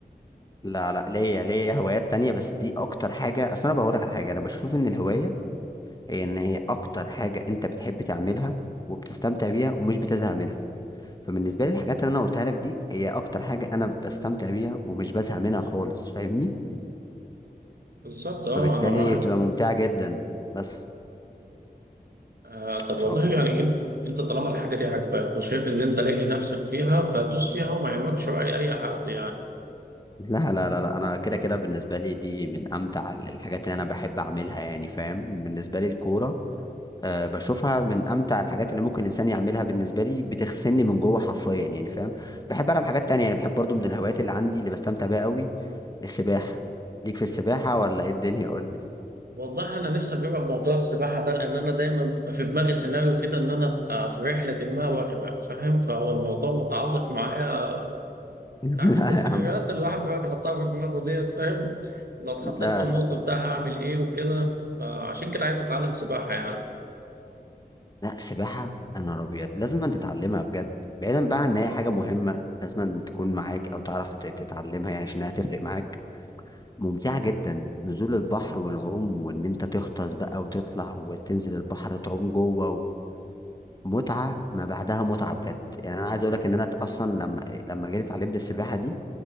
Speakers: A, on the left (about 25°); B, on the right (about 65°).
A: لا لا ليا ليا هوايات تانية بس دي اكتر حاجه اصل انا بقول لك على حاجه انا بشوف ان الهوايه هي ان هي اكتر حاجه انت بتحب تعملها وبتستمتع بيها ومش بتزهق منها فبالنسبه لي الحاجات اللي انا قلتها لك دي هي اكتر حاجه انا بستمتع بيها ومش بزهق منها خالص فاهمني
B: بالظبط آه
A: فبالتالي
B: أنا معاك
A: بتبقى ممتعه جدا بس
B: آه طب
A: مش
B: والله
A: اكتر
B: يعني أنت أنت طالما الحاجة دي عاجباك وشايف إن أنت لاقي نفسك فيها فدوس فيها وما يهمكش رأي أي حد يعني
A: لا لا لا لا انا كده كده بالنسبه لي دي من امتع الحاجات اللي انا بحب اعملها يعني فاهم بالنسبه لي الكوره أه بشوفها من امتع الحاجات اللي ممكن الانسان يعملها بالنسبه لي بتغسلني من جوه حرفيا يعني فاهم بحب العب حاجات تانية يعني بحب برضو من الهوايات اللي عندي اللي بستمتع بيها قوي السباحه ليك في السباحه ولا ايه الدنيا قول لي
B: والله انا نفسي اجرب موضوع السباحه ده لان انا دايما بيبقى في دماغي سيناريو كده ان انا ابقى في رحله ما واغرق فاهم فهو الموضوع متعلق معايا أنت
A: <laughs>
B: عارف انت
A: لا
B: السيناريوهات
A: يا عم
B: اللي الواحد بيقعد يحطها في دماغه ديت فاهم ولو اتحطيت
A: لا
B: في الموقف
A: لا
B: ده هعمل ايه وكده فعشان كده عايز اتعلم سباحه يعني
A: لا السباحه يا نهار ابيض لازم أن تتعلمها بجد بعيدا بقى عن ان هي حاجه مهمه لازم أن تكون معاك او تعرف تت- تتعلمها يعني عشان هتفرق معاك ممتعة جدا نزول البحر والعوم وان انت تغطس بقى وتطلع وتنزل البحر تعوم جوه متعة ما بعدها متعة بجد يعني انا عايز اقولك ان انا اصلا لما لما جيت اتعلمت السباحة دي